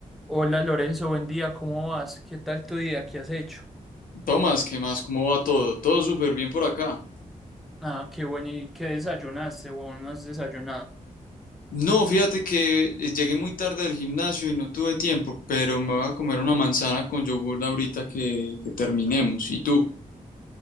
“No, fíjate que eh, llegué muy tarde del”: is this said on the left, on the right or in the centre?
Left